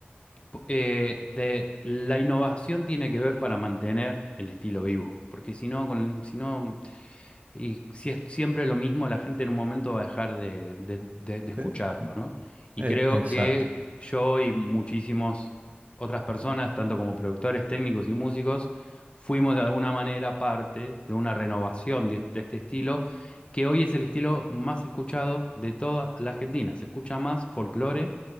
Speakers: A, on the left; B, on the right.
A: p- eh, de la innovación tiene que ver para mantener el estilo vivo. Porque si no, con, si no y si es siempre lo mismo, la gente en un momento va a dejar de, de- de- de escucharlo,
B: eh,
A: ¿no? Y
B: eh,
A: creo
B: exacto.
A: que yo y muchísimas otras personas, tanto como productores, técnicos y músicos, fuimos de alguna manera parte de una renovación de, de este estilo, que hoy es el estilo más escuchado de toda la Argentina. Se escucha más folclore